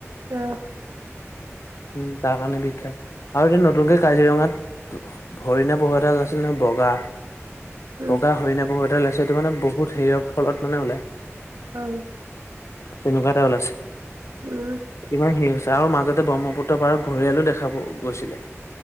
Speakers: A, on the right (about 85°); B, on the left (about 70°).
A: অ।
B: উম তাৰ কাৰণে বিখ্যাত আৰু সেই নতুনকে কাজিৰঙাত ভৰিণা পহু এটা আছিল নহয় বগা?
A: উম,
B: বগা হৰিনা পহু এটা ওলাইছে সেইটো মানে বহুত হেৰিয়ৰ ফলত মানে ওলায়।
A: হয়।
B: তেনেকুৱা এটা ওলাইছে।
A: উ আ।
B: ইমান হেৰি হৈছে আৰু মাজতে ব্ৰহ্মপুত্ৰ পাৰত ঘৰিয়ালো দেখা গ গৈছিলে।